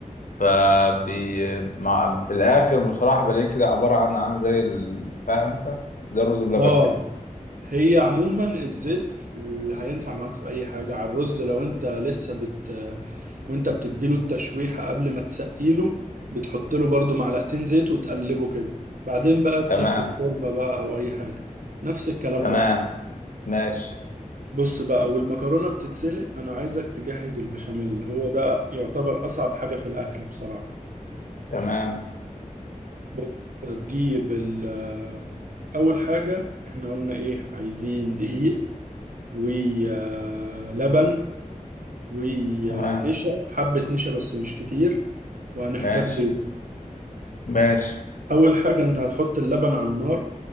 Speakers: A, on the left; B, on the right.
A: فبي مع في الآخر بصراحة بلاقيه كده عبارة عن عامل زي ال- فاهم أنت زي الرز بلبن
B: اه
A: كده
B: هي عموما الزيت في- هينفع معاك في اي حاجه على الرز لو انت لسه بت وانت بتديله التشويحه قبل ما تسقيله بتحط له برضو معلقتين زيت وتقلبه كده بعدين بقى تسقي
A: تمام
B: بشوربه بقى او اي حاجه نفس الكلام
A: تمام
B: برضو
A: ماشي
B: بص بقى والمكرونه بتتسلق انا عايزك تجهز البشاميل هو ده يعتبر اصعب حاجه في الاكله بصراحه
A: تمام
B: بص، هتجيب ال- اول حاجه احنا قلنا ايه عايزين دقيق ولبن ونشا
A: تمام
B: حبة نشا بس مش كتير وهنحتاج
A: ماشي
B: بيض
A: ماشي
B: أول حاجة أنت هتحط اللبن على النار